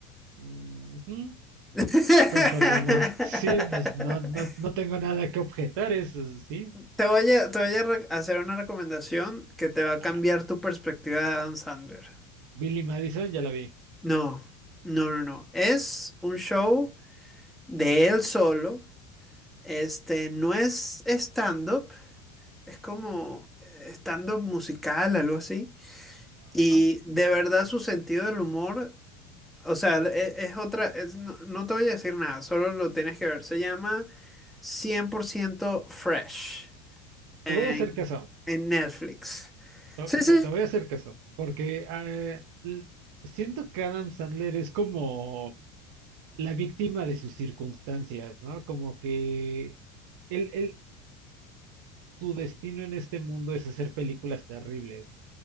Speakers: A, on the right (about 65°); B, in the centre.
A: Ujú,
B: <laughs>
A: Concordamos. Sí, pues no, no, no tengo nada que objetar, eso sí.
B: Te voy a, te voy a re- hacer una recomendación que te va a
A: Ajá.
B: cambiar tu perspectiva de Adam Sandler.
A: Billy Madison, ya la vi.
B: No, no, no, no. Es un show de él solo. Este no es stand-up, es como eh, stand-up musical, algo así.
A: Ajá.
B: Y de verdad su sentido del humor, o sea, e- es, otra, es- no, no te voy a decir nada, solo lo tienes que ver. Se llama cien por ciento Fresh en,
A: Te voy a hacer caso.
B: en Netflix.
A: Te,
B: Sí, sí.
A: te- te voy a hacer caso. Porque eh, l- siento que Adam Sandler es como la víctima de sus circunstancias, ¿no? Como que él, él, su destino en este mundo es hacer películas terribles.